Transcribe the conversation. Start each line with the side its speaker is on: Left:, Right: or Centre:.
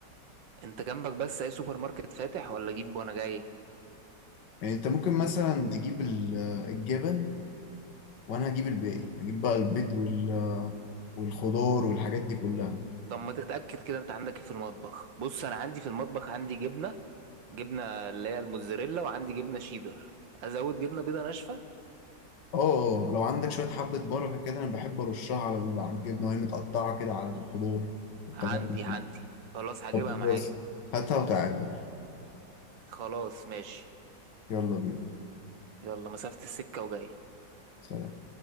Right: انت جنبك بس اي سوبر ماركت فاتح ولا اجيب وانا جاي
Left: يعني انت ممكن مثلا تجيب ال- الجبن وانا هجيب الباقي هجيب بقى البيض وال والخضار والحاجات دي كلها
Right: طب ما تتأكد كده انت عندك ايه في المطبخ بص انا عندي في المطبخ عندي جبنة جبنة اللي هي الموتزاريلا وعندي جبنة شيدر ازود جبنة بيضة ناشفة
Left: اه اه اه، لو عندك شوية حبة بركة كده انا بحب ارشها على ال- على الجبنة وهي متقطعة كده على الخضار الطماطم
Right: عندي عندي خلاص هجيبها
Left: طب خلاص
Right: معايا
Left: هاتها وتعالى
Right: خلاص ماشي
Left: يلا بينا
Right: يلا مسافة السكة وجاي
Left: سلام